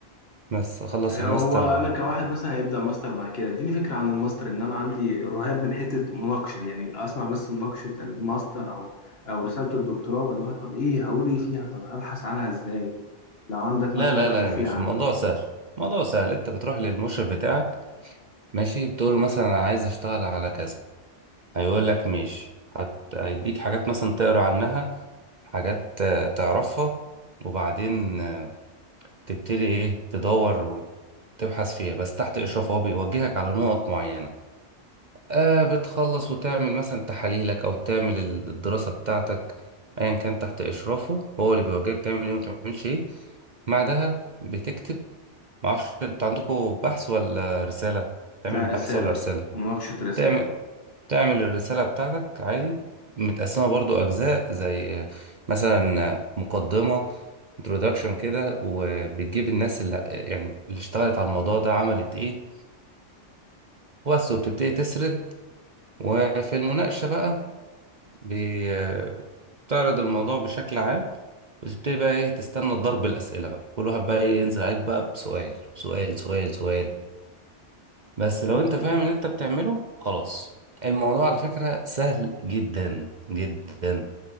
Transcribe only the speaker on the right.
بس اخلص
الماستر
لا
لا
لا يا باشا
الموضوع سهل الموضوع سهل انت بتروح للمشرف بتاعك ماشي بتقول له مثلا انا عايز اشتغل على كذا هيقول لك ماشي هت- هيديك حاجات مثلا تقرا عنها حاجات آه، تعرفها وبعدين تبتدي ايه تدور وتبحث فيها بس تحت اشراف هو بيوجهك على نقط معينه آه بتخلص وتعمل مثلا تحاليلك او تعمل ال- الدراسه بتاعتك ايا كان تحت اشرافه هو اللي بيوجهك تعمل ايه وما تعملش ايه بعدها بتكتب معرفش انت عندكم بحث ولا رساله تعمل
بحث ولا رساله
تعمل تعمل الرسالة بتاعتك عادي متقسمة برضو أجزاء زي مثلا مقدمة introduction كده وبتجيب الناس اللي يعني اللي اشتغلت على الموضوع ده عملت ايه بس وبتبتدي تسرد وفي المناقشة بقى بي- بتعرض الموضوع بشكل عام وتبتدي بقى ايه تستنى ضرب الأسئلة بقى كل واحد بقى إيه ينزل عليك بقى بسؤال سؤال سؤال سؤال بس
لو انت فاهم اللي انت بتعمله خلاص الموضوع على فكرة سهل جدا جدا